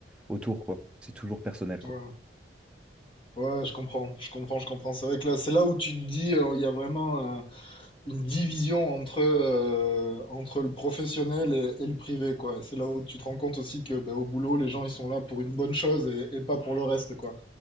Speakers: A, in the centre; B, on the left.
A: autour, quoi. C'est toujours personnel, quoi.
B: Ouais. Ouais, je comprends, je comprends, je comprends. C'est vrai que là, c'est là où tu te dis, euh, il y a vraiment euh, une division entre, euh, entre le professionnel et, et le privé, quoi. Et C'est là où tu te rends compte aussi que, ben, au boulot, les gens, ils sont là pour une bonne chose et, et pas pour le reste, quoi.